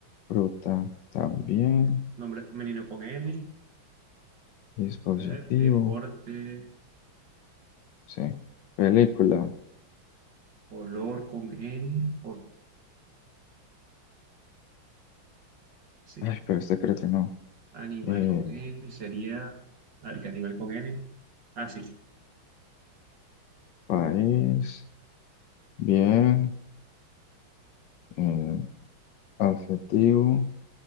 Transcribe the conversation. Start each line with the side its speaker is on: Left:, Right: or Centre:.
Left: Fruta también.
Right: nombre femenino con N.
Left: Dispositivo.
Right: A ver, deporte.
Left: Sí. Película.
Right: Olor con N, o sí,
Left: Ay, pero este creo que no.
Right: animal
Left: Eh,
Right: con N, sería, a ver, ¿qué animal con N? Ah, sí,
Left: país. Bien. Eh, Adjetivo,